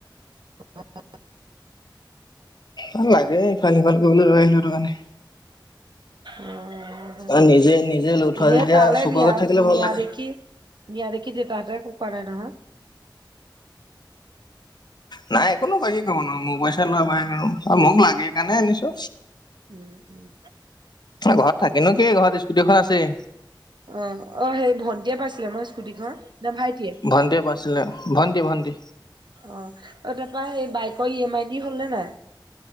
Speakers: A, on the right (about 65°); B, on the left (about 60°).
A: অ <unintelligible>
B: অ লাগে ইফাল সিফাল কৰিবলৈ লৈ আহিলো সেইটো কাৰণে।
A: অ ভালেই
B: আৰু নিজে
A: হ'ল।
B: নিজে লৈ থোৱা
A: এনে
B: যেতিয়া
A: তালৈ
B: চকুৰ
A: নিয়া
B: আগত থাকিলে
A: নিয়া
B: ভাল লাগে
A: দেখি নিয়া দেখি দেউতাহঁতে একো কৰা নাই নহয়?
B: নাই একো নকয় কি কব নো মোৰ পইচাই লোৱা বাইক আৰু মোক লাগে কাৰণে আনিছো।
A: উম উম
B: ঘৰত থাকিনো কি ঘৰত স্কুটি এখন আছেই
A: অ অ সেই ভন্টিয়ে পাইছে চিএমৰ স্কুটি খন না ভাইটিয়ে?
B: ভন্টিয়ে পাইছিলে ভন্টি ভন্টি
A: অ তাৰপৰা সেই বাইকৰ ই এম আই দি হ'ল নে নাই?